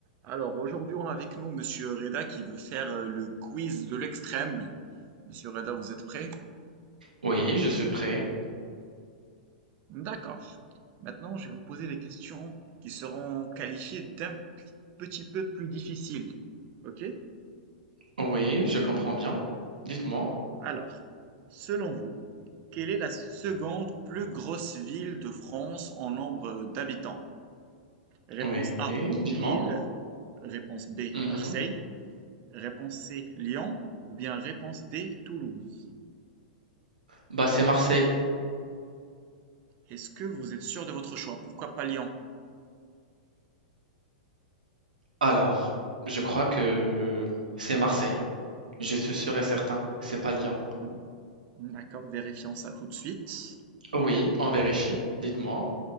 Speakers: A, on the right; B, on the right.
A: Alors aujourd'hui, on a avec nous Monsieur Reda qui veut faire euh, le quiz de l'extrême. Monsieur Reda, vous êtes prêt?
B: Oui, je suis prêt.
A: D'accord. Maintenant, je vais vous poser des questions qui seront qualifiées d'un p- petit peu plus difficiles. Ok?
B: Oui, je comprends bien. Dites-moi.
A: Alors, selon vous, quelle est la seconde plus grosse ville de France en nombre d'habitants? Réponse
B: Oui,
A: A,
B: dites-moi.
A: Lille. Réponse B,
B: Mhm.
A: Marseille. Réponse C, Lyon. Ou bien réponse D, Toulouse.
B: Bah, c'est Marseille.
A: Est-ce que vous êtes sûr de votre choix? Pourquoi pas Lyon?
B: Alors, je crois que c'est Marseille. Je suis sûr et certain. C'est pas Lyon.
A: Hmm, D'accord, vérifions ça tout de suite.
B: Oui, on vérifie. Dites-moi.